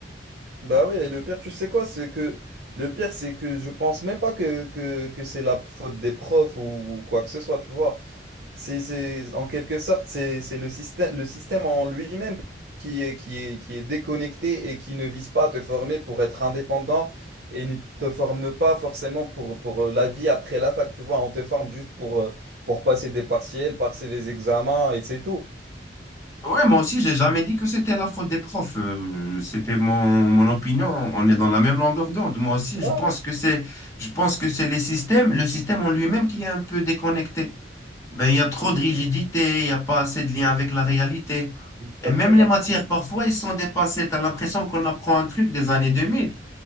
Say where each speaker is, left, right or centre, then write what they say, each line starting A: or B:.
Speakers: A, on the right; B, on the left.
A: Bah oui, et le pire, tu sais quoi, c'est que le pire, c'est que je pense même pas que, que, que c'est la faute des profs ou, ou quoi que ce soit, tu vois. C'est, c'est- en quelque sorte, c'est, c'est le système, le système en lui-même qui est, qui est, qui est déconnecté et qui ne vise pas à te former pour être indépendant et ne te forme pas forcément pour, pour la vie après la fac. Tu vois, on te forme juste pour, euh, pour passer des partiels, passer des examens et c'est tout.
B: Ouais, moi aussi, j'ai jamais dit que c'était la faute des profs. Euh, c'était mon, mon opinion. On est dans la même longueur d'onde. Moi aussi,
A: Ouais,
B: je pense
A: ouais,
B: que c'est, je pense que c'est les systèmes, le système en lui-même qui est un peu déconnecté. Ben, il y a trop de rigidité, il n'y a pas assez de lien avec la réalité.
A: exactement.
B: Et même les matières, parfois, ils sont dépassés. Tu as l'impression qu'on apprend un truc des années deux mille